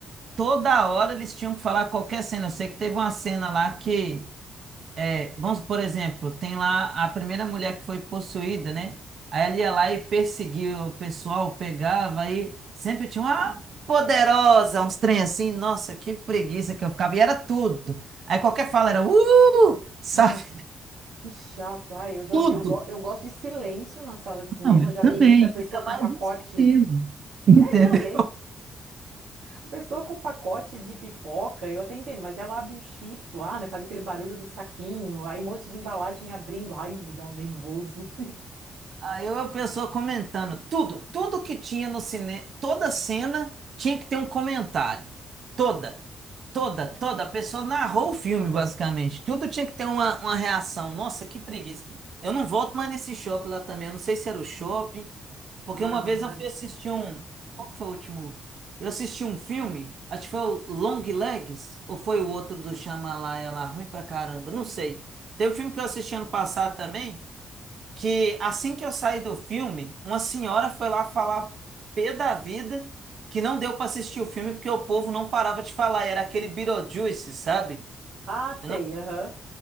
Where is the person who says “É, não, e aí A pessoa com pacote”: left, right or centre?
Right